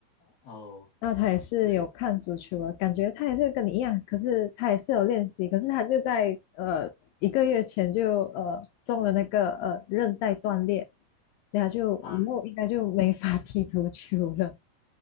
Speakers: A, on the left; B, on the left.
A: 哦，
B: 那他也是有看足球的，
A: 对
B: 感觉他也是跟你一样，可是他也是有练习，可是他就在呃一个月前就呃中了那个呃韧带断裂，所以他就以后应该就没法踢足球了。
A: 啊，